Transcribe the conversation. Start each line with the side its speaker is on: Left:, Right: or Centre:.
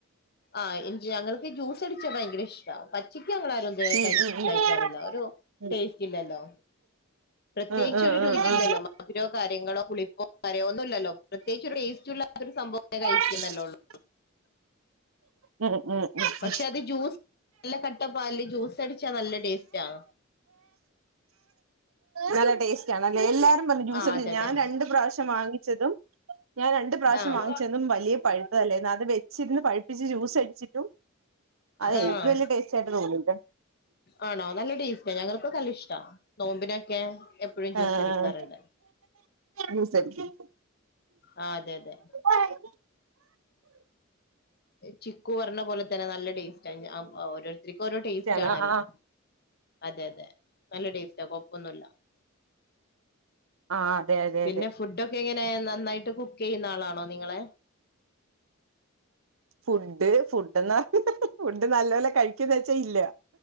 Left: ആഹ് ഞങ്ങൾക്ക് ജ്യൂസ് അടിച്ചാ ഭയങ്കര ഇഷ്ടാ പ ചിക്കു ഞങ്ങളാരും ക
Right: ഉം ഉം ഉം
Left: കഴിക്കാറില്ല ഒരു ടേസ്റ്റ് ഇല്ലല്ലോ പ്രത്യേകിച്ച്
Right: ഉം ഉം
Left: ഒരു രുചി ഇല്ലല്ലോ. മതിരോ, കാര്യങ്ങളോ, പുളിപ്പോ മധുരം ഒന്നുമില്ലല്ലോ. പ്രത്യേകിച്ച് ഒരു ടേസ്റ്റ്ല്ലാതൊരു സംഭവം കഴിക്കുന്നല്ലേ
Right: ഉം ഉം
Left: ഉള്ളൂ.
Right: ഉം ഉം ഉം
Left: പക്ഷെ അത്. ജ്യൂസ് നല്ല കട്ടപ്പാലില്, ജ്യൂസ് അടിച്ചാ നല്ല ടെസ്റ്റാ
Right: നല്ല ടേസ്റ്റ് ആണല്ലേ എല്ലാരും പറഞ്ഞു ജൂസടിച്ച
Left: ആ അതെ അതെ
Right: ഞാൻ രണ്ട് പ്രാവശ്യം വാങ്ങിച്ചതും ഞാൻ രണ്ട് പ്രാവശ്യം
Left: ആഹ്
Right: വാങ്ങിച്ചതും വലിയ പഴുത്തതല്ലേനും അത് വെച്ചിരുന്ന് പഴത്ത് വെച്ച് ജ്യൂസ് അടിച്ചിട്ടും അതെനിക്ക്
Left: ആഹ്
Right: വലിയ ടേസ്റ്റ് ആയിട്ട് തോന്നിയില്ല.
Left: ആണോ നല്ല ടേസ്റ്റാ ഞങ്ങൾക്ക് നല്ല ഇഷ്ടാ നോമ്പിനൊക്കെ എപ്പോഴും ജ്യൂസ്
Right: ആഹ്
Left: അടിക്കാറുണ്ട്.
Right: ജ്യൂസ് അടിക്കും
Left: ആഹ് അതെ അതെ
Right: ആഹ്
Left: ചിക്കു പറഞ്ഞ പോലെ തന്നെ നല്ല ടേസ്റ്റാണ് ഓരോരുത്തർക്കും ഓരോ ടേസ്റ്റ്
Right: ആണ്
Left: ആണല്ലോ.
Right: ആഹ്
Left: അതെ അതെ നല്ല ടേസ്റ്റാ കൊഴപ്പൊന്നുല്ല.
Right: ആഹ് അതെ അതെ
Left: പിന്നെ
Right: അതെ
Left: ഫുഡൊക്കെ എങ്ങനെ നന്നായിട്ട് കുക്ക് ചെയ്യുന്ന ആളാണോ നിങ്ങള്.
Right: ഫുഡ് ഫുഡ് <unintelligible> ഫുഡ് നല്ല പോലെ കഴിക്കോന്ന് വെച്ചാ ഇല്ല.